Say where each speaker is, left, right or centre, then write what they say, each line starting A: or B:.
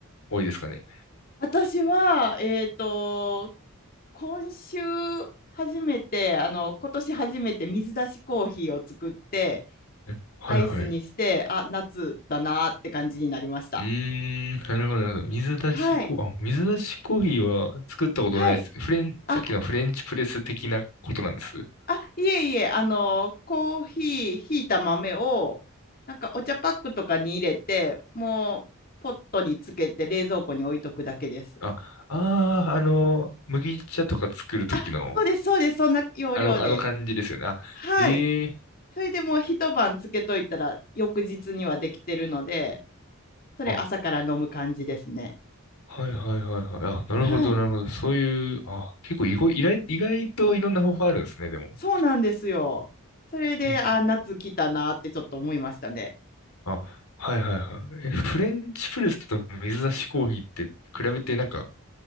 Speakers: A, on the left; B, on the left.
A: 多いですかね。
B: 私は、えっと、今週初めて、あの、今年初めて水出しコーヒーを作って、
A: えはいはい。
B: アイスにして、あ、夏だなーって感じになりました。
A: うーん、なるほど、なるほど。水出しコー、
B: はい。
A: あ、水出しコーヒーは作ったことないです。
B: はい。
A: フレン、
B: あ、
A: さっきのフレンチプレス的なことなんです。
B: あ、いえいえ、あの、コーヒー、ひいた豆を、なんかお茶パックとかに入れて、もう、ポットにつけて冷蔵庫に置いとくだけです。
A: あ、ああ、あの、麦茶とか作るときの、
B: あ、そうです、そうです、そんな要領で。
A: あの、あの感じですよね。あ、
B: はい。
A: ええ
B: それでもう一晩つけといたら翌日にはできてるので、それ朝から飲む感じですね。
A: あ、はいはいはいはい。あ、なるほど、
B: はい。
A: なるほど。そういう、あ、結構意外、意外、意外といろんな方法あるんですね、でも。
B: そうなんですよ。それで、
A: うん
B: あ、夏来たなってちょっと思いましたね。
A: あ、はいはいはい。え、フレンチプレスと水出しコーヒーって比べてなんか、